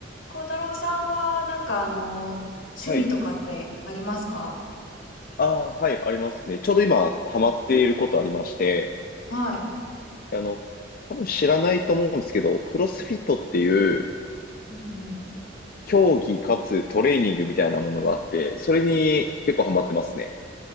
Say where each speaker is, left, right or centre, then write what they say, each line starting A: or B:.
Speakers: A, on the left; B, on the left.
A: 孝太郎さんは、なんかあの、趣味とかってありますか
B: はい。ああ、はい、ありますね。ちょうど今、ハマっていることありまして、
A: はい。
B: あの、多分知らないと思うんですけど、クロスフィットっていう、
A: うん
B: 競技かつトレーニングみたいなものがあって、それに結構ハマってますね。